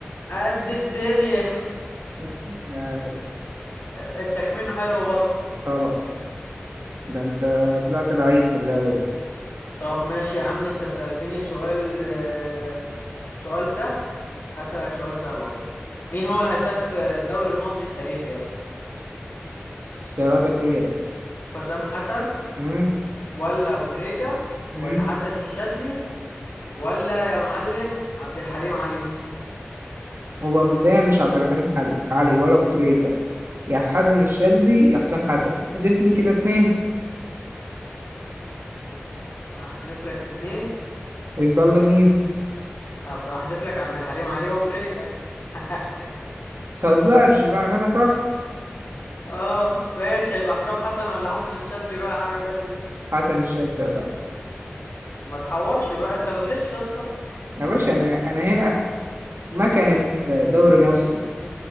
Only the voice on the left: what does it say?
قد الدنيا
<laughs> التخمين حلو برضه
طب ماشي يا عم انت سألتني سؤال آه، سؤال سهل هسألك سؤال سهل اهو مين هو الهداف الدوري المصري التاريخي يا اسطى
حسام حسن
ولا ابو تريكة
ولا حسن الشاذلي ولا يا معلم عبد الحليم علي
هحذف لك اتنين
هحذف لك عبد الحليم علي وابو تريكه <laughs>
اه ماشي هيبقى حسام حسن ولا حسن الشاذلي بقى يا حبيب قلبي
ما تحورش بقى انت بتغش يا اسطى